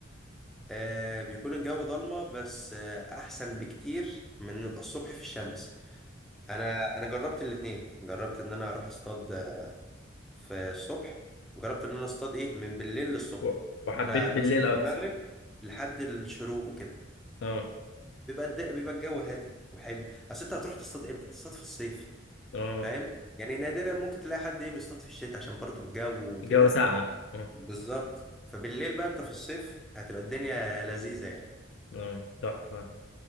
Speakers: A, in the centre; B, on the left.
A: آه بيكون الجو ضلمه بس آه احسن بكتير من نبقى الصبح في الشمس انا انا جربت الاتنين جربت ان انا اروح اصطاد آه، في الصبح وجربت ان انا اصطاد ايه من بالليل للصبح
B: و- وحبيت
A: انا
B: بالليل
A: مثلا من
B: اكتر
A: المغرب لحد الشروق كده
B: اه
A: بيبقى الد- بيبقى الجو هادي وحلو اصل انت هتروح تصطاد امتى تصطاد في الصيف
B: اه
A: فاهم يعني نادرا ممكن تلاقي حد ايه بيصطاد في الشتاء عشان برضو الجو وكده
B: الجو ساقع اه
A: بالظبط فبالليل بقى انت في الصيف هتبقى الدنيا لذيذة يعني
B: اه تحفة